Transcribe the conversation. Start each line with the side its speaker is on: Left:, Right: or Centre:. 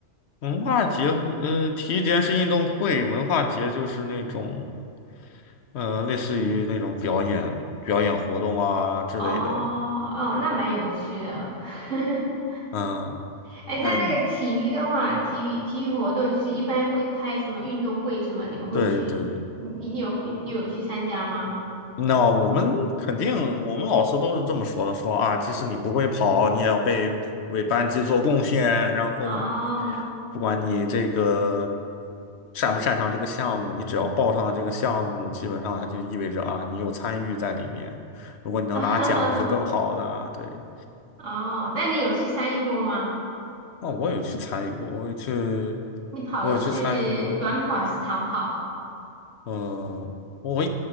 Left: 文化节和呃，体育节是运动会，文化节就是那种，呃，类似于那种表演、表演活动啊之类的。
Right: 哦哦，那蛮有趣的。<laughs>
Left: 嗯，
Right: 哎，那那个体育的话，
Left: 嗯，
Right: 体育体育活动就是一般会开什么运动会什么，你们会去，
Left: 对对，
Right: 你你你有会你有去参加吗？
Left: 那我们肯定，我们老师都是这么说的，说啊，即使你不会跑，你也要被为班级做贡献，然后
Right: 哦，
Left: 不管你这个擅不擅长这个项目，你只要报上了这个项目，基本上它就意味着啊，你有参与在里面。如果你能拿奖，
Right: <laughs>
Left: 那就更好了。对，
Right: 哦，那你有去参与过吗？
Left: 那我有去参与过，我有去，
Right: 你跑的是短跑还是长跑？
Left: 我有去参与过，嗯，我